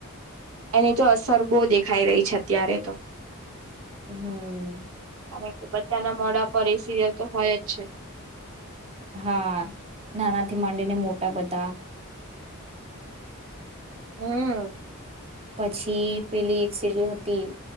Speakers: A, on the right; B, on the right.
A: એની તો અસર બઉ દેખાઈ રહી છે અત્યારે તો.
B: હમ
A: અને બધાના મોઢા પર એ સિરિયલ તો હોય જ છે.
B: હા નાના થી માંડીને મોટા બધા
A: હમ
B: પછી પેલી એક સિરિલ હતી.